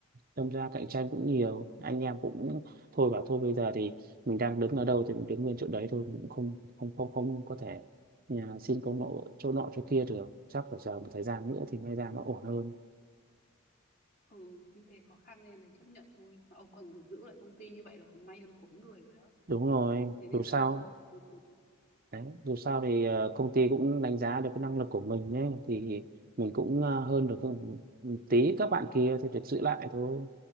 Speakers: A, on the right; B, on the left.
A: đâm ra cạnh tranh cũng nhiều anh em cũng thôi bảo thôi bây giờ thì mình đang đứng ở đâu thì mình đứng nguyên chỗ đấy thôi mình cũng không không không không có thể nhà xin công nộ chỗ nọ chỗ kia được chắc phải chờ một thời gian nữa thì may ra nó ổn hơn
B: Ừ, kinh tế khó khăn nên đành chấp nhận thôi. Mà ông còn được giữ lại công ty như vậy là còn may hơn khối người rồi á.
A: đúng rồi
B: Thế nên
A: dù sao
B: là thôi, ừ, cứ
A: đấy dù sao thì ờ, công ty cũng đánh giá được cái năng lực của mình ấy thì mình cũng ờ, hơn được hơn một tí các bạn kia thì được giữ lại thôi